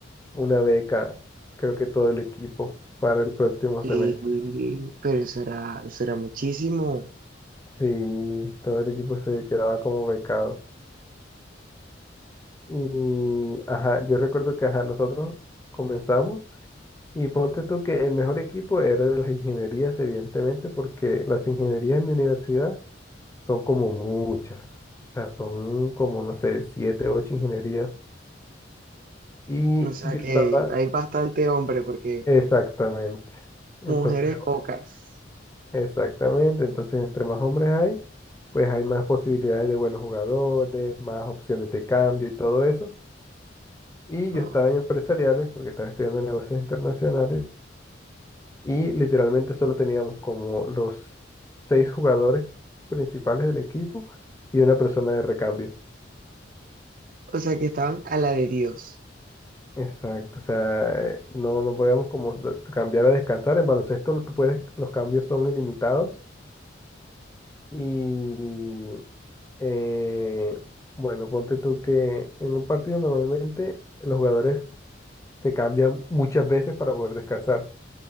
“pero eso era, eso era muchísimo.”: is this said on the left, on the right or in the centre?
Right